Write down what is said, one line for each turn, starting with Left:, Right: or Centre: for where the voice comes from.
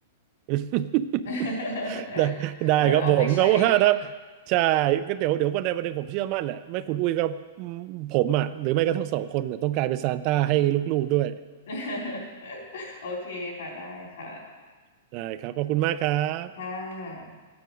Right: <laughs>
Left: ๆ
Right: ได้ได้ครับผมแล้วถ้าถ้า
Left: <laughs> เผื่อเอาไปใช้
Right: ใช่ก็เดี๋ยวเดี๋ยววันใดวันหนึ่งผมเชื่อมั่นแหละไม่คุณอุ้ยก็อืมผมอ่ะหรือไม่ก็ทั้งสองคนเนี่ยต้องกลายเป็นซานต้าให้ลูกๆด้วย
Left: <laughs> โอเคค่ะได้ค่ะ
Right: <laughs> ได้ครับขอบคุณมากครับ
Left: ค่ะ